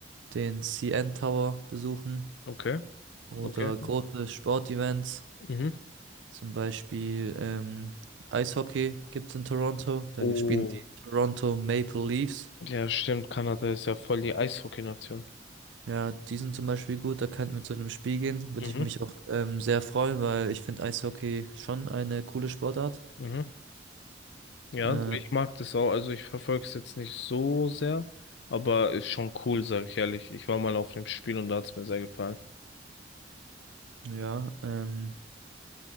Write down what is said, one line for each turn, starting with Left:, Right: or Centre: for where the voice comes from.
Right: den CN Tower besuchen
Left: Okay,
Right: oder
Left: okay.
Right: große Sportevents,
Left: Mhm.
Right: zum Beispiel ähm, Eishockey gibt es in Toronto, Da
Left: Oh,
Right: spielen die Toronto Maple Leafs.
Left: ja, stimmt. Kanada ist ja voll die Eishockey-Nation.
Right: Ja, die sind zum Beispiel gut, da könnten wir zu einem Spiel gehen, würde
Left: Mhm.
Right: ich mich auch ähm, sehr freuen, weil ich finde Eishockey schon eine coole Sportart.
Left: Mhm. Ja,
Right: Äh,
Left: ich mag das auch. Also ich verfolge es jetzt nicht so sehr, aber ist schon cool, sag ich ehrlich. Ich war mal auf dem Spiel und da hat es mir sehr gefallen.
Right: ja, ähm,